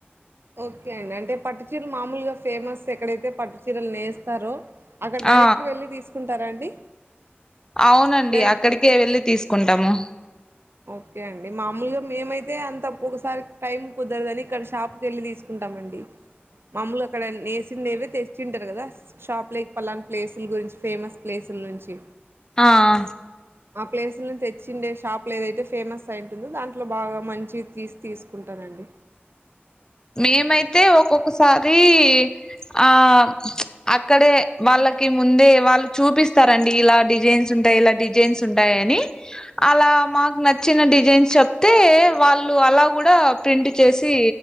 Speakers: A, on the right; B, on the left.
A: ఓకే అండి అంటే పట్టు చీరలు మామూలుగా ఫేమస్ ఎక్కడైతే పట్టు చీరలు నేస్తారో అక్కడ డైరెక్ట్
B: ఆ
A: గా వెళ్ళి తీసుకుంటార అండి
B: అవునండి
A: లేన్
B: అక్కడికే వెళ్ళి తీసుకుంటాము
A: ఓకే అండి మామూలుగా మేమయితే అంతొ ఒకసారి టైం కుదరదని ఇక్కడ షాప్కి వెళ్ళి తీస్ కుంటామండి మామూలుగ అక్కడ నేసిందేమీ తెచ్చింటరు కదా షాప్ లేక్ పలన ప్లేసుల గురించి ఫేమస్ ప్లేసుల నుంచి
B: ఆ ఆ
A: ఆ ప్లేసు నుంచి తెచ్చిందే షాప్ ప్లో ఏదైతే ఫేమస్ అయింటుందో దాంట్లో బాగా మంచిగ తీసి తీసుకుంటారండి
B: మేమైతే ఒక్కొక్కసారీ ఆ అక్కడే వాళ్ళకి ముందే వాళ్ళు చూపిస్తారండి ఇలా డిజైన్స్ ఉంటాయి ఇలా డిజైన్స్ ఉంటాయని అలా మాకు నచ్చిన డిజైన్స్ చెప్తే వాళ్ళు అలా కూడా ప్రింట్ చేసి